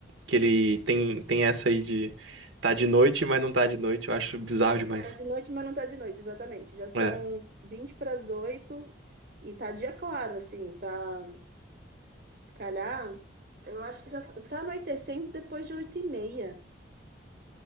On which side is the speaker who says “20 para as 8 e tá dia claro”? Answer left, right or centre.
Right